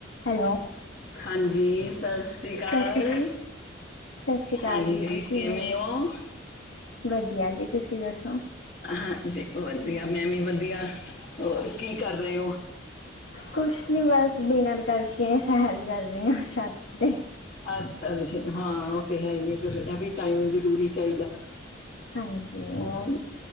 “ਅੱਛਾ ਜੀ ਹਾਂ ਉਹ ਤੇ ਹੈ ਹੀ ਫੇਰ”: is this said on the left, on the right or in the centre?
Left